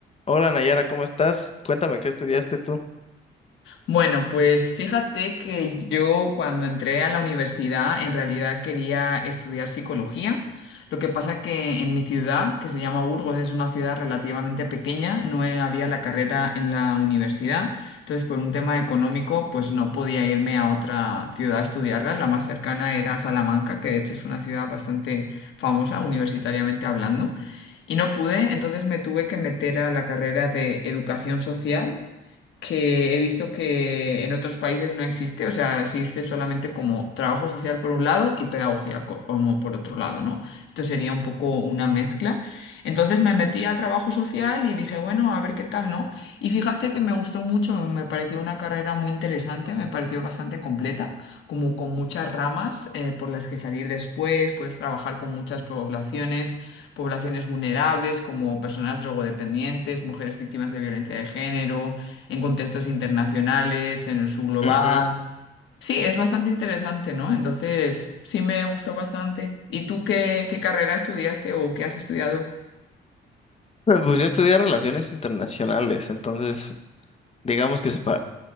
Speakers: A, on the left; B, on the left.
A: Hola Nayara, ¿cómo estás? Cuéntame, ¿qué estudiaste tú? Ujú.
B: Bueno, pues fíjate que yo cuando entré a la universidad en realidad quería estudiar psicología. Lo que pasa que en mi ciudad, que se llama Burgos, es una ciudad relativamente pequeña, no he- había la carrera en la universidad. Entonces, por un tema económico, pues no podía irme a otra ciudad a estudiarla. La más cercana era Salamanca, que de hecho es una ciudad bastante famosa universitariamente hablando. Y no pude, entonces me tuve que meter a la carrera de educación social que he visto que en otros países no existe, o sea, existe solamente como trabajo social por un lado y pedagogía co- como por otro lado, ¿no? Esto sería un poco una mezcla. Entonces me metí a trabajo social y dije, bueno, a ver qué tal, ¿no? Y fíjate que me gustó mucho, me pareció una carrera muy interesante, me pareció bastante completa, como con muchas ramas eh, por las que salir después, puedes trabajar con muchas poblaciones, poblaciones vulnerables como personas drogodependientes, mujeres víctimas de violencia de género en contextos internacionales, en el subglobal.
A: Eh,
B: Sí, es bastante interesante, ¿no? Entonces, sí me gustó bastante. ¿Y tú qué, qué carrera estudiaste o qué has estudiado?
A: Pues yo estudié relaciones internacionales, entonces digamos que se pa-